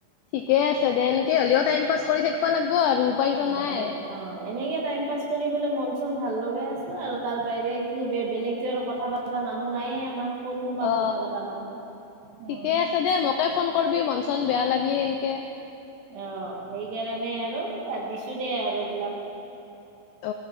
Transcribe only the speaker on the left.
ঠিকে আছে দেনকে হ'লেও টাইম পাছ কৰি থাকিব লাগিব আৰু। উপায়তো
নাই
অ
ঠিকে আছে দে, মোকে। ফোন কৰি মন চন বেয়া লাগলি এনকে।
অ,